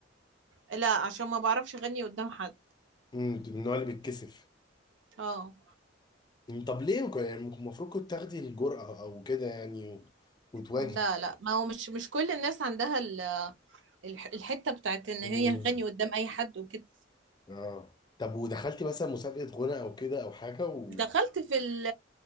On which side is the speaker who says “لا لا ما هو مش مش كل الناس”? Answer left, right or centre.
Right